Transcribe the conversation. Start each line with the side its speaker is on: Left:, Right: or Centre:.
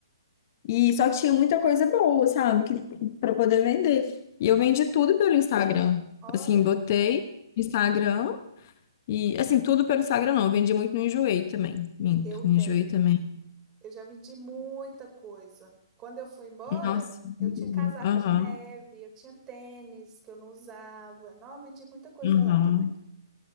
Left: E só que tinha muita coisa boa, sabe? Que, para poder vender. E eu vendi tudo pelo Instagram.
Right: Olha,
Left: Assim, botei Instagram e, assim, tudo pelo Instagram não, eu vendi muito no Enjoei também. Minto,
Right: eu
Left: no
Right: tenho.
Left: Enjoei também.
Right: Eu já vendi muita coisa. Quando eu fui embora,
Left: Nossa,
Right: eu
Left: muito
Right: tinha casaco
Left: bom. Aham.
Right: de neve, eu tinha tênis que eu não usava. Não, eu vendi muita coisa
Left: Uhum.
Right: lá também.